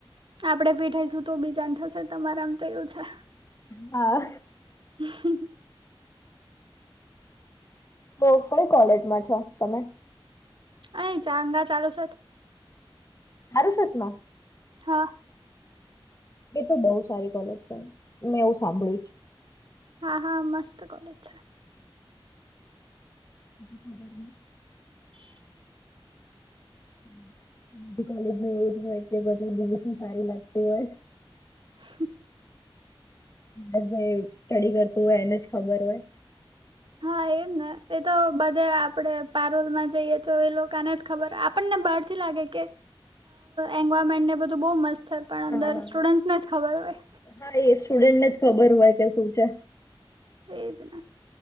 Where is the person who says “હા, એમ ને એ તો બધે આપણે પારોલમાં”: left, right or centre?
Right